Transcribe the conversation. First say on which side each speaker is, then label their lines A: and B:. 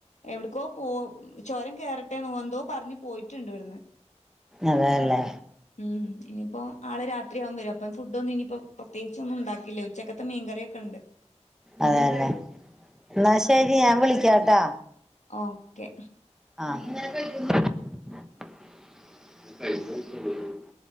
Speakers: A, on the left (about 80°); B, in the centre.
A: എവിട്ക്കോ പോ ചൊരം കേറട്ടേന്നോ എന്തോ പറഞ്ഞ് പോയിട്ടുണ്ട് ഇവിടുന്ന്
B: അതേലേ
A: ഉം ഇനിപ്പോ ആള് രാത്രിയാകും വരാൻ അപ്പം ഫുഡ് ഒന്നും ഇനിയിപ്പോ പ്രത്യേകിച്ച് ഒന്നും ഉണ്ടാക്കില്ല ഉച്ചക്കത്തെ മീൻകറിയൊക്കെ ഇണ്ട്
B: അതേലേ ഇന്നാ ശരി ഞാൻ വിളിക്കാട്ടാ
A: ഓക്കെ
B: ആഹ്